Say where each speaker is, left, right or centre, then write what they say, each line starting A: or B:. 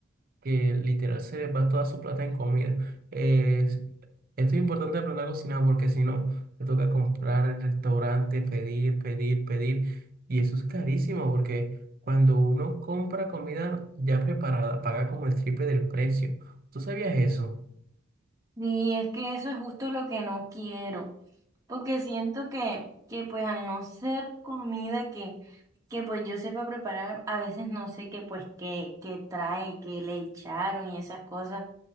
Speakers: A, on the right; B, on the right.
A: que literal se les va toda su plata en comida. Eh, esto es importante aprender a cocinar porque si no, te toca comprar el restaurante, pedir, pedir, pedir. Y eso es carísimo porque cuando uno compra comida ya preparada, paga como el triple del precio. ¿Tú sabías eso?
B: Y es que eso es justo lo que no quiero, porque siento que, que pues al no ser comida que, que pues yo sepa preparar, a veces no sé qué pues qué, qué trae, qué le echaron y esas cosas.